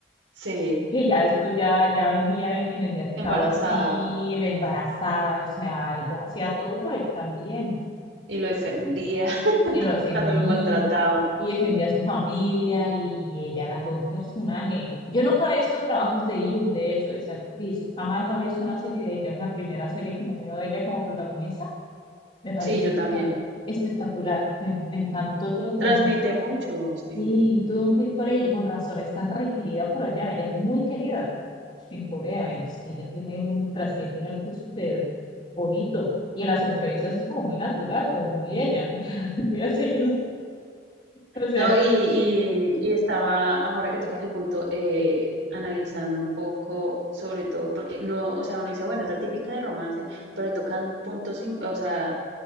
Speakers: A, on the right (about 80°); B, on the left (about 30°).
A: Sí,
B: que ya después ya, ya vendía en, en el mercado
A: embarazada
B: así, embarazada, o sea, ella hacía todo por él también.
A: y lo defendía <laughs>
B: Y lo defendí
A: cuando lo maltrataba.
B: y defendía a su familia y ella era todo un personaje. Yo nunca he visto trabajos de You, de hecho, de esa actriz. Jamás he visto una serie de ella, es la primera serie que me veo de ella como protagonista. Me pareció
A: Sí, yo
B: espectac-
A: también.
B: espectacular, me, me encantó todo.
A: Transmite mucho, sí.
B: Sí, tuve un clip con ella y con razón es tan requerida por allá. Ella es muy querida en Corea. Es que ella tiene un, transmite un algo súper bonito. Y en las entrevistas es como muy natural, como muy ella. <laughs> Muy así. O sea,
A: No, y, y- y estaba, ahora que tocas el punto, eh, analizando un poco, sobre todo, porque no, o sea, uno dice, bueno, es la típica de romance, pero le tocan puntos, im- o sea,